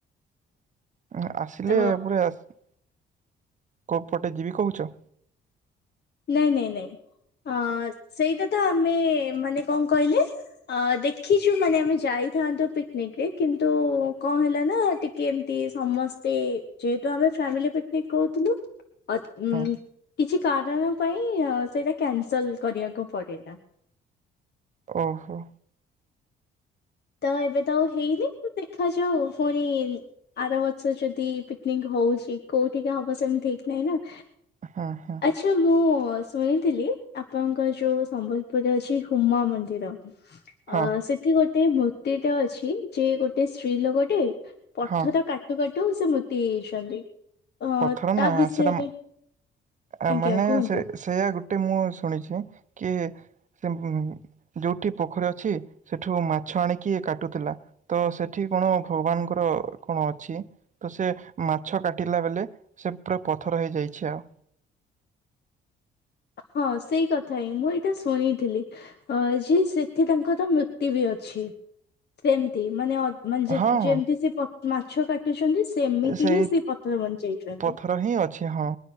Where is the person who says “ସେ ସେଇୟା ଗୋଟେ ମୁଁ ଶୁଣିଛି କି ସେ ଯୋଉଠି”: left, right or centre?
Right